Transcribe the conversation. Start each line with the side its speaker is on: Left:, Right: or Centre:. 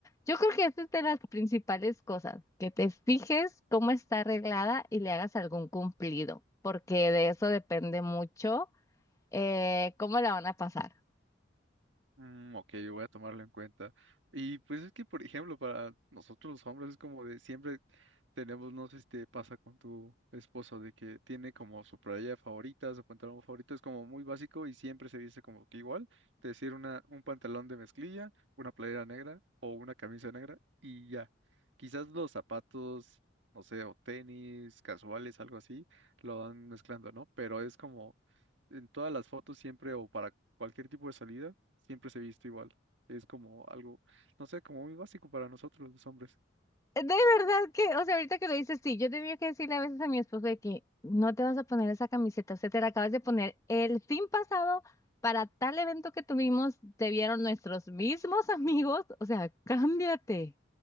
Left: Yo creo que esa es de las principales cosas, que te fijes cómo está arreglada y le hagas algún cumplido, porque de eso depende mucho eh, ¿cómo la van a pasar?
Right: Mm, ok, yo voy a tomarlo en cuenta. Y pues es que, por ejemplo, para nosotros los hombres es como de siempre tenemos, no sé si te pasa con tu esposo, de que tiene como su playa favorita, su pantalón favorito, es como muy básico y siempre se viste como que igual, es decir, una, un pantalón de mezclilla, una playera negra o una camisa negra y ya. Quizás los zapatos, no sé, o tenis, casuales, algo así, lo van mezclando, ¿no? Pero es como en todas las fotos siempre o para cualquier tipo de salida, siempre se viste igual. Es como algo, no sé, como muy básico para nosotros los hombres. <laughs>
Left: De verdad que, o sea, ahorita que lo dices, sí, yo tenía que decirle a veces a mi esposo de que no te vas a poner esa camiseta, o sea, te la acabas de poner el fin pasado para tal evento que tuvimos, te vieron nuestros mismos <laughs> amigos, o sea, cámbiate.